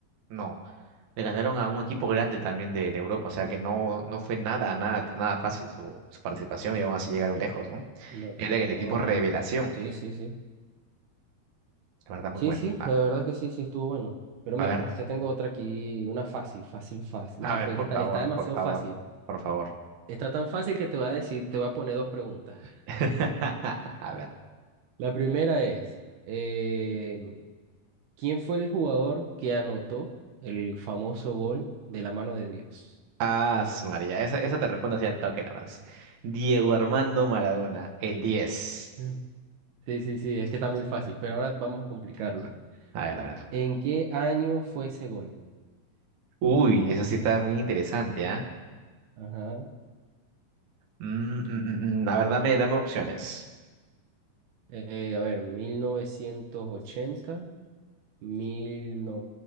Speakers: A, on the right; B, on the right.
A: No, le ganaron a un equipo grande también de, de Europa, o sea que no, no fue nada, nada, nada fácil su, su participación y aún así llegaron lejos, ¿no?
B: No,
A: Era el
B: no,
A: equipo
B: no.
A: Revelación,
B: Sí, sí, sí.
A: la verdad, muy
B: Sí,
A: bueno.
B: sí,
A: Ah,
B: la verdad es que sí, sí estuvo bueno. Pero
A: a
B: mira,
A: ver,
B: te tengo otra aquí, una fácil, fácil, fácil.
A: a
B: Nada,
A: ver,
B: pues
A: por
B: que está,
A: favor,
B: está demasiado
A: por favor,
B: fácil.
A: por favor.
B: Está tan fácil que te voy a decir, te voy a poner dos preguntas. <laughs>
A: <laughs> A ver,
B: La primera es, eh, ¿quién fue el jugador que anotó el famoso gol de la mano de Dios?
A: ah, su María, esa, esa te respondo así al toque nada más. Diego Armando Maradona, el 10.
B: Mm. Sí, sí, sí, es que está muy fácil, pero ahora vamos a complicarla.
A: A ver, a ver.
B: ¿En qué año fue ese gol?
A: Uy, eso sí está muy interesante, ¿ah?
B: Ajá.
A: Mm, mm, mm, mm. A ver, dame, dame opciones.
B: Eh, a ver, mil novecientos ochenta mil mil novecientos